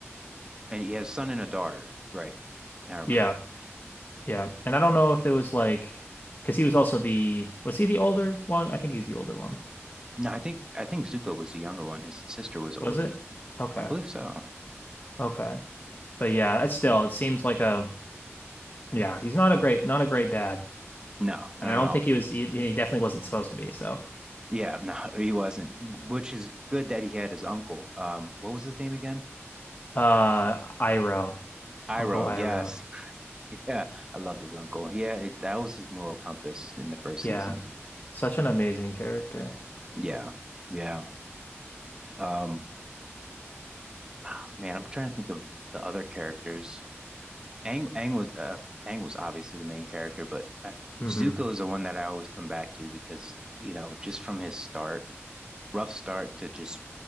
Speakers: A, on the right (about 15°); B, on the left (about 45°).
A: and he had a son and a daughter, right? Now I remember.
B: Yeah. Yeah. And I don't know if it was like, because he was also the, was he the older one? I think he was the older one.
A: No, I think I think Zuko was the younger one. His sister was older.
B: Was it? Okay.
A: I believe so.
B: Okay. But yeah, that's still, it seems like a, yeah, he's not a great, not a great dad.
A: No, no,
B: And I don't
A: no.
B: think he was, he, he definitely wasn't supposed to be. So,
A: Yeah, no, <laughs> he wasn't. Which is good that he had his uncle. Um, what was his name again?
B: uh,
A: Uh,
B: Iroh,
A: Iroh,
B: Uncle Iroh.
A: yes. <laughs> Yeah, I loved his uncle. Yeah, it, that was his moral compass in the first
B: Yeah.
A: season.
B: Such an amazing character.
A: Yeah. Yeah. Um, <sighs> ah, man, I'm trying to think of the other characters. Aang, Aang was uh, Aang was obviously the main character, but uh,
B: Mm-hmm.
A: Zuko is the one that I always come back to because, you know, just from his start rough start to just